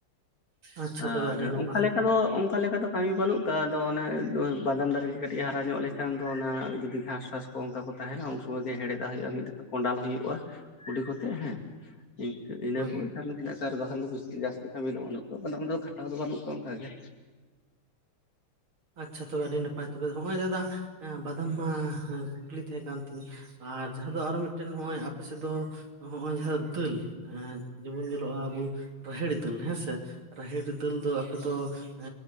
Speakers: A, on the right; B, on the left.
A: ᱟᱪᱪᱷᱟ
B: ᱟᱨ
A: ᱛᱚᱵᱮ ᱟᱹᱰᱤ ᱱᱟᱯᱟᱭ
B: ᱚᱱᱠᱟ ᱞᱮᱠᱟ ᱫᱚ ᱚᱝᱠᱟ ᱞᱮᱠᱟ ᱫᱚ ᱠᱟᱹᱢᱤ ᱵᱟᱹᱱᱩᱜ ᱟᱠᱟᱫᱼᱟ ᱟᱫᱚ ᱚᱱᱮ ᱵᱟᱫᱟᱢ ᱫᱟᱨᱮᱜᱮ ᱠᱟᱹᱴᱤᱡ ᱦᱟᱨᱟ ᱧᱚᱜ ᱞᱮᱠᱷᱟᱱ ᱫᱚ ᱚᱱᱟ ᱡᱩᱫᱤ ᱜᱷᱟᱥ ᱴᱟᱥ ᱠᱚ ᱚᱱᱠᱟ ᱠᱚ ᱛᱟᱦᱮᱱᱟ ᱩᱱ ᱥᱚᱢᱚᱭ ᱜᱮ ᱦᱮᱲᱮᱫᱟᱜ ᱦᱩᱭᱩᱜᱼᱟ ᱢᱤᱫ ᱫᱠᱟ ᱠᱚᱸᱰᱟᱞ ᱦᱩᱭᱩᱜᱼᱟ ᱠᱰᱤᱤ ᱠᱚ ᱠᱟᱛᱮ ᱦᱮᱸ ᱤᱱᱠᱟᱹ ᱤᱱᱟᱹ
A: ᱦᱳᱭ
B: ᱠᱚᱜᱮ <unintelligible> ᱟᱨ ᱵᱟᱠᱷᱟᱱ ᱫᱚ ᱡᱟᱹᱥᱛᱤ ᱠᱟᱹᱢᱤ ᱫᱚ ᱵᱟᱹᱱᱩᱜ-ᱟ ᱵᱟᱫᱟᱢ ᱫᱚ ᱠᱷᱟᱴᱟᱣ ᱫᱚ ᱵᱟᱹᱱᱩᱜ ᱠᱚᱣᱟ ᱚᱱᱠᱟᱜ ᱜᱮ
A: ᱟᱪᱪᱷᱟ ᱛᱚᱵᱮ ᱟᱹᱰᱤ ᱱᱟᱯᱟᱭ ᱛᱚᱵᱮ ᱦᱚᱜᱼᱚᱭ ᱫᱟᱫᱟ ᱵᱟᱫᱟᱢ ᱢᱟ ᱠᱩᱠᱞᱤ ᱛᱟᱦᱮᱸ ᱠᱟᱱ ᱛᱤᱧᱟᱹ ᱟᱨ ᱡᱟᱦᱟᱸ ᱫᱚ ᱟᱨᱚ ᱢᱤᱫᱴᱮᱱ ᱱᱚᱜ-ᱚᱭ ᱟᱯᱮᱥᱮᱫ ᱫᱚ ᱱᱚᱜ-ᱚᱭ ᱡᱟᱦᱟᱸ ᱫᱟᱹᱞ ᱡᱮᱢᱚᱱ ᱧᱮᱞᱚᱜᱼᱟ ᱟᱵᱚ ᱨᱟᱦᱮᱲ ᱫᱟᱹᱞ ᱦᱮᱸᱥᱮ ᱨᱟᱦᱮᱲ ᱫᱟᱹᱞ ᱫᱚ ᱟᱯᱮᱫᱚ ᱮ